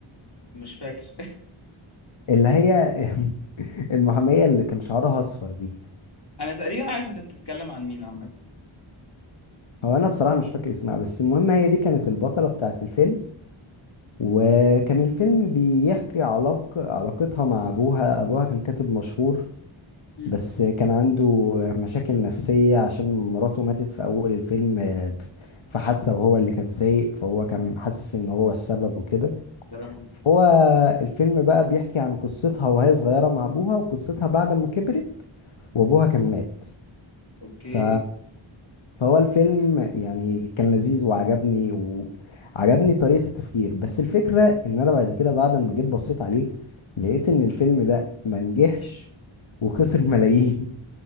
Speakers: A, on the left; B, on the left.
A: مش فاكر
B: اللي هي <laughs> المحامية اللي كان شعرها اصفر دي
A: <laughs> انا تقريبا عارف انت بتتكلم عن مين عامه
B: هو انا بصراحة مش فاكر اسمها بس المهم هي دي كانت البطلة بتاعت الفيلم وكان الفيلم بيحكي علاقة علاقتها مع أبوها أبوها كان كاتب مشهور
A: امم
B: بس كان عنده مشاكل نفسية عشان مراته ماتت في أول الفيلم آه، في حادثة وهو اللي كان سايق فهو كان حاسس إن هو السبب وكده
A: يا لهوي
B: فهو الفيلم بقى بيحكي عن قصتها وهي صغيرة مع أبوها وقصتها بعد ما كبرت وأبوها كان مات
A: اوكي
B: ف فهو الفيلم يعني كان لذيذ وعجبني وعجبني طريقة التفكير بس الفكرة ان انا بعد كده بعد ما جيت بصيت عليه لقيت ان الفيلم ده ما نجحش وخسر ملايين